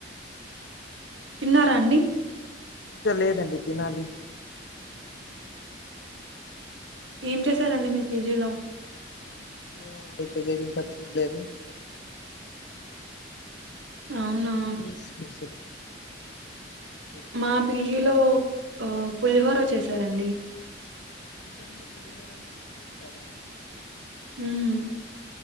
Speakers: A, on the right (about 85°); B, on the left (about 70°).
A: తిన్నారా అండి
B: ఇంటో లేదండి తినాలి
A: ఏం చేశారండి మీ పీజీలో
B: ఏము నండి తెలియదు ఇంకా చూడలేదు
A: అవునా
B: సథింగ్ ఈజ్ స్పెషల్ ఇప్పుడు
A: మా పీజీలో పులిహోర చేసారంండి
B: ఈ టై లో పులిహోర చేస్తారా
A: హమ్